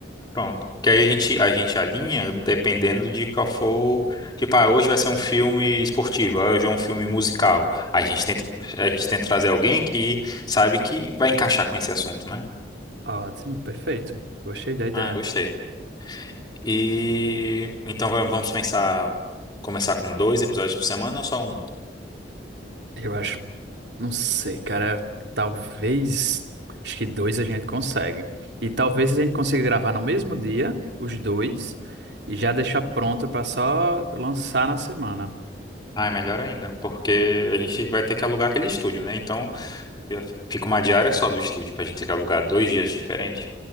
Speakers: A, on the left; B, on the right.
A: Pronto. Que aí a gente, a gente alinha dependendo de qual for. Tipo, ah, hoje vai ser um filme esportivo, ah, hoje é um filme musical. Aí a gente tenta, a gente tenta trazer alguém que sabe que vai encaixar com esse assunto, né?
B: Ótimo, perfeito. Gostei da ideia.
A: Ah, gostei. E então va- vamos pensar, começar com dois episódios por semana ou só um?
B: Eu acho, não sei, cara, talvez, acho que dois a gente consegue. E talvez a gente consiga gravar no mesmo dia, os dois, e já deixar pronto para só lançar na semana.
A: Ah, é melhor ainda, porque a gente vai ter que alugar aquele estúdio, né? Então eu- fica uma diária só do estúdio, pra gente ter que alugar dois dias diferentes.